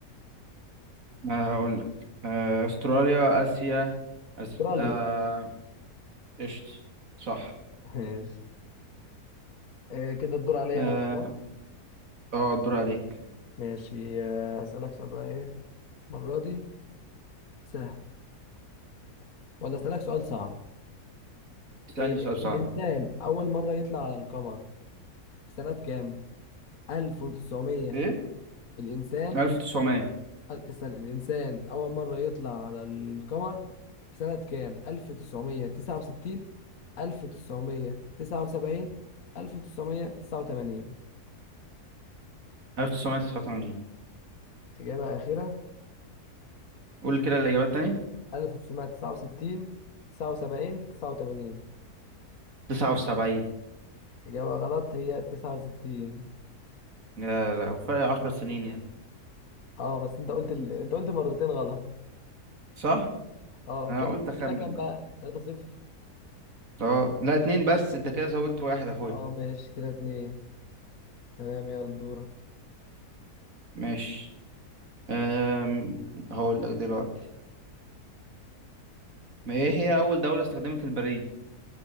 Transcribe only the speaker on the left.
أستراليا
ماشي آه، كده الدور عليا
أنا بقى صح
ماشي آه، أسألك سؤال بقى إيه المرة دي سهل ولا أسألك سؤال صعب
إيه
الإنسان أول مرة يطلع على القمر في سنة كام؟ 1900
الإنسان
استنى الإنسان أول مرة يطلع على القمر في سنة كام؟ 1969 1979 1989
إجابة أخيرة
1969 79 89
إجابة غلط هي 69
اه بس انت قلت ال... انت قلت مرتين غلط
اه
كده
كده كام
بقى 3 0
اه ماشي كده اتنين تمام يلا دورك